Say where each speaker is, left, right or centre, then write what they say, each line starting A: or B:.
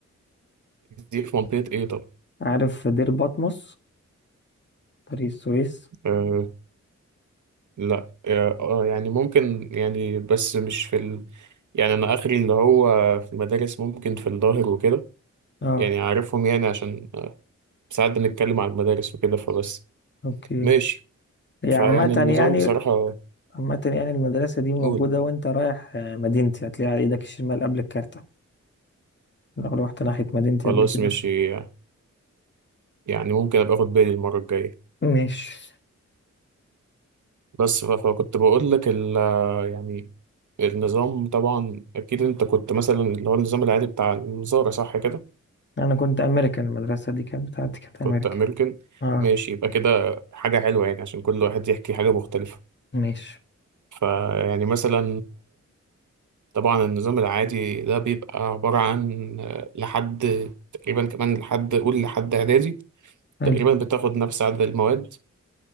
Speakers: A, on the right (about 85°); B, on the left (about 40°).
A: دي في منطقة ايه طب
B: عارف دير بطمس طريق السويس
A: آه لا اه آه، يعني ممكن يعني بس مش في ال... يعني انا اخري اللي هو في المدارس ممكن في الظاهر وكده
B: أه
A: يعني عارفهم يعني عشان آه، ساعات بنتكلم عن المدارس وكده فبس
B: أوكي
A: ماشي
B: هي
A: فيعني
B: عامة
A: النظام
B: يعني
A: بصراحة
B: عامة يعني المدرسة دي موجودة
A: قول
B: وانت رايح آه، مدينتي هتلاقيها على ايدك الشمال قبل الكارتة لو روحت ناحية مدينتي
A: خلاص
B: قبل كده
A: ماشي يعني ممكن أبقى أخد بالي المرة الجاية
B: ماشي
A: بس ف- فكنت بقول لك ال يعني النظام طبعا أكيد أنت كنت مثلا اللي هو النظام العادي بتاع الوزارة صح كده
B: انا كنت امريكان المدرسة دي كانت بتاعتي كانت
A: كنت
B: امريكا
A: أمريكان
B: اه
A: ماشي يبقى كده حاجة حلوة يعني عشان كل واحد يحكي حاجة مختلفة
B: ماشي
A: فيعني مثلا طبعا النظام العادي ده بيبقى عبارة عن لحد تقريبا كمان لحد قول لحد إعدادي
B: حلو
A: تقريبا بتاخد نفس عدد المواد